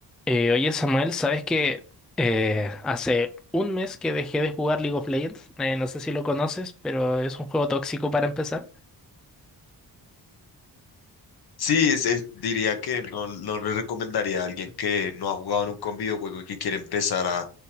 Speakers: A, in the centre; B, on the left.
A: Eh, oye Samuel, ¿sabes que hace un mes que dejé de jugar League of Legends? Eh, no sé si lo conoces, pero es un juego tóxico para empezar.
B: Sí, es- es- diría que no, no le recomendaría a alguien que no ha jugado nunca un videojuego y que quiere empezar a,